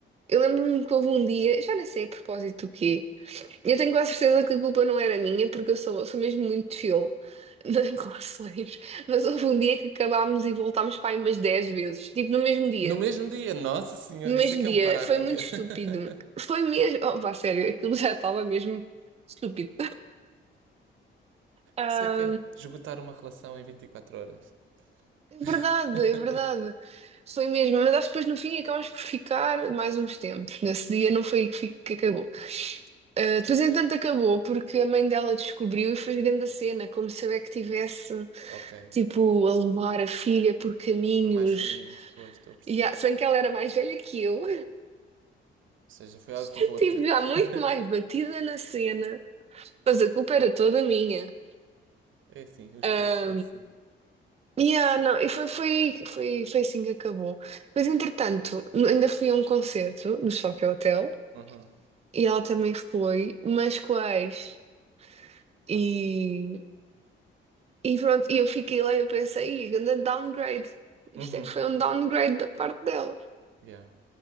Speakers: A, on the right (about 30°); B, on the right (about 80°).
A: eu lembro-me que houve um dia, já nem sei a propósito do quê. Eu tenho quase certeza que a culpa não era minha, porque eu sou, sou mesmo muito chill nas <laughs> relações. Mas houve um dia que acabámos e voltámos para aí umas 10 vezes, tipo no mesmo dia.
B: No mesmo dia, nossa senhora,
A: No mesmo
B: isso é que
A: dia,
B: é um para-arranca.
A: foi muito estúpido.
B: <laughs>
A: Foi mesmo. Oh, pá, sério, aquilo já estava mesmo estúpido. Ah,
B: Isso é que é esgotar uma relação em 24 horas.
A: É
B: <laughs>
A: verdade, é verdade. Foi mesmo, mas acho que depois no fim acabámos por ficar mais uns tempos. Nesse dia não foi aí que, fi- que acabou. Ah, depois, entanto, acabou porque a mãe dela descobriu e fez grande a cena, como se eu é que tivesse.
B: Ok,
A: tipo, a levar a filha por caminhos.
B: por mais caminhos, pois, estou a perceber.
A: E, ah, se bem que ela era mais velha que eu,
B: Ou seja, foi ela
A: <laughs>
B: que te levou a
A: tive
B: ti.
A: já
B: <laughs>
A: muito mais batida na cena, mas a culpa era toda minha.
B: É assim, os
A: Ah,
B: pais são assim.
A: E ah, não, e foi, foi, foi, foi assim que acabou. Mas entretanto, ainda fui a um concerto no Choque Hotel
B: Uhum.
A: e ela também foi, mas com a ex. E, e pronto, e eu fiquei lá e eu pensei, "Ih, grande downgrade. Isto
B: Uhum.
A: é que foi um downgrade da parte dela,
B: Yeah.